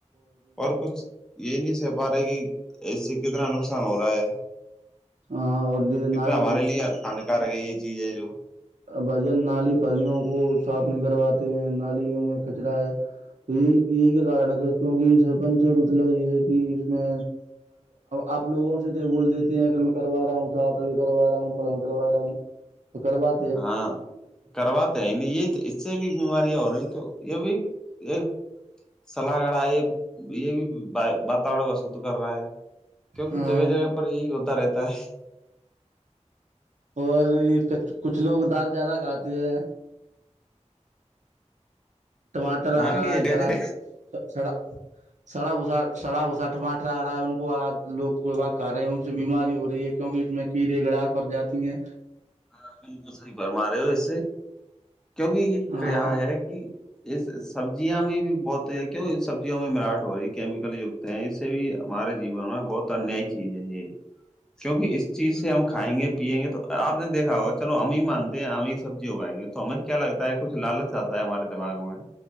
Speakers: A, in the centre; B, on the right.
A: اور کچھ یہ نہیں سہ پا رہے کہ اس سے کتنا نقصان ہو رہا ہے
B: اور یہ
A: کتنا
B: نالا
A: ہمارے لیے ہانکارک ہے یہ چیز ہے جو
B: بھان نالی پلیوں کو صاف نہیں کرواتے ہیں نالیوں میں کچرا ہے تو یہی یہی کا کارن ہے کہ کیوںکہ سرپنچ مطلب یہ ہے کہ اس میں آپ لووں سے تو بول دیتے ہیں کہگر میں کروا رہا ہوں ص آپ یہ کروا رہا ہوں پن کروا رہا ہوں ار بع
A: ہاں کرواتے ہیں نہیں یہ اس سے بھی بیماریاں ہو رہی ہیں تو یہ بھی یہ سلا گڑا یہ یہ بھی واتاور کا شود کر رہا ہے کیونکہ
B: ہاں
A: جگہ جگہ پر یہی ہوتا رہتا ہے
B: اور یہ کچ کچھ لوگ دال زیادہ کھاتے ہیں ٹماٹر
A: ہاں
B: آ
A: کیہ
B: رہا ہے
A: جگہ
B: سارا سڑا سڑا بسا سڑا وسا ٹماٹرا آ رہا ہے ان کو لوگ کوا کر رہے ہیں ان سے بیماری ہو رہی ہے کیونکہ اس میں کیڑے گڑار پڑ جاتی ہیں
A: ہاں بالکل صحیح برما رہے ہو اس سے کیونکہ یہ
B: ہاں
A: کیا ہے کہ اس سبزیا میں بھی بہت کیوں سبزیوں میں مراٹ ہو رہی ہے کیمیکل گت اس سے بھی ہمارے جیون میں بہت انیای چیز ہے یہ
B: <inaudible>
A: کیونکہ اس چیز سے ہم کھائیں گے پیئیں گے تو آپ ہم نے دیکھا ہوا چلو ہمیں مانتے ہیں ہمیں سبزی اگائیں گے تو ہمیں کیا لگتا ہے کچھ لالچ آتا ہے ہمارے دماغ میں